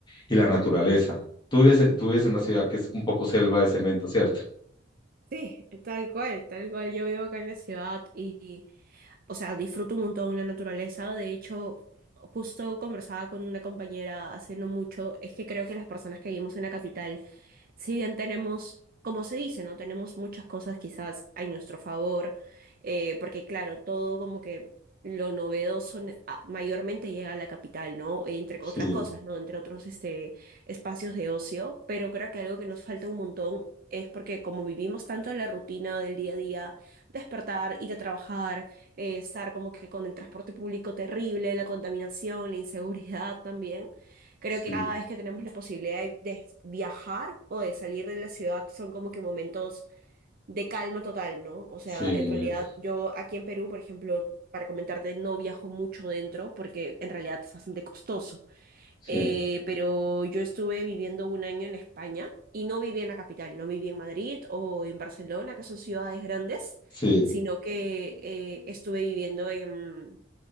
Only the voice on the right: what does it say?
Sí, tal cual, tal cual. Yo vivo acá en la ciudad y, y, o sea, disfruto un montón la naturaleza. De hecho, justo conversaba con una compañera hace no mucho, es que creo que las personas que vivimos en la capital si bien tenemos, como se dice, ¿no? Tenemos muchas cosas quizás a nuestro favor, eh, porque claro, todo como que lo novedoso ne- a- mayormente llega a la capital, ¿no? Entre
otras cosas, ¿no? Entre otros este, espacios de ocio, pero creo que algo que nos falta un montón es porque como vivimos tanto en la rutina del día a día, despertar, ir a trabajar, eh, estar como que con el transporte público terrible, la contaminación, la inseguridad <laughs> también. Creo
que cada vez que tenemos la posibilidad de, de viajar o de salir de la ciudad son como que momentos de calma total, ¿no? O sea,
en realidad yo aquí en Perú, por ejemplo, para comentarte, no viajo mucho dentro porque en realidad es bastante costoso.
Eh, pero yo estuve viviendo un año en España y no viví en la capital, no viví en Madrid o en Barcelona, que son ciudades grandes,
sino que eh, estuve viviendo en...